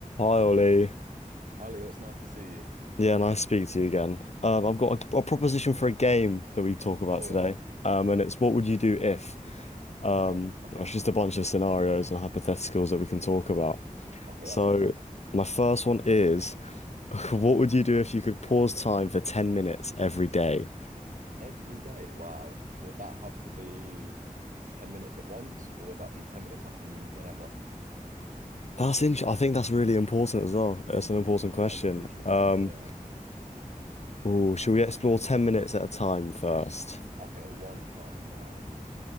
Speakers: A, on the left; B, on the right.
A: Hi Ollie.
B: Hi Leo, it's nice to see you.
A: Yeah, nice to speak to you again. Um, I've got a, a proposition for a game that we talk about
B: Oh
A: today.
B: yeah.
A: Um, and it's what would you do if? Um,
B: Okay. Okay.
A: it's just a bunch of scenarios and hypotheticals that we can talk about.
B: Okay,
A: So
B: that sounds good.
A: my first one is, <laughs> what would you do if you could pause time for 10 minutes every day?
B: Every day, wow. Would that have to be 10 minutes at once, or would that be 10 minutes I can use whenever?
A: That's int- I think that's really important as well. It's
B: Mm,
A: an important
B: I think
A: question.
B: that is a crucial factor,
A: Um,
B: yeah.
A: ooh, should we explore 10 minutes at a time first?
B: Okay, at one time, wow.